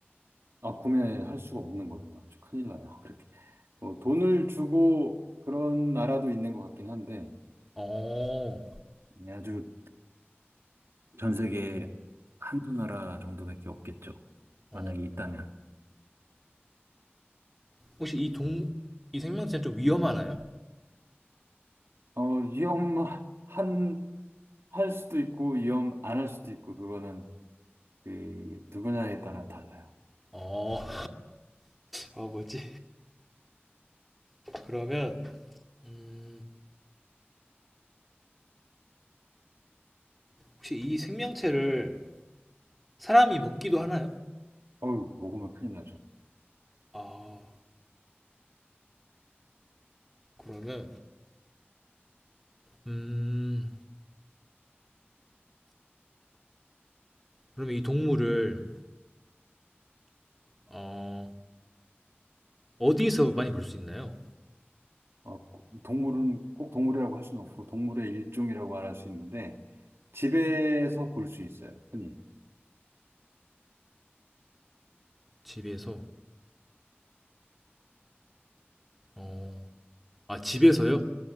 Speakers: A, on the right; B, in the centre.
A: 아, 구매할 수가 없는 거예요. 아주 큰일 나요. <laughs> 그렇게. 뭐 돈을 주고 그런 나라도 있는 것 같긴 한데,
B: 어,
A: 네, 아주 전 세계에 한두 나라 정도밖에 없겠죠.
B: 어.
A: 만약에 있다면.
B: 혹시 이 동, 이 생명체는 좀 위험하나요?
A: 어, 위험한, 할 수도 있고, 위험 안 할 수도 있고, 그거는 그 누구냐에 따라 달라요.
B: 어, <laughs> 아, 뭐지? 그러면, 음, 혹시 이 생명체를 사람이 먹기도 하나요?
A: 어우, 먹으면 큰일 나죠.
B: 아, 그러면, 음, 그러면 이 동물을, 어, 어디에서 많이 볼 수 있나요?
A: 어, 동물은 꼭 동물이라고 할 수는 없고, 동물의 일종이라고 말할 수 있는데, 집에서 볼 수 있어요, 흔히.
B: 집에서, 어, 아, 집에서요?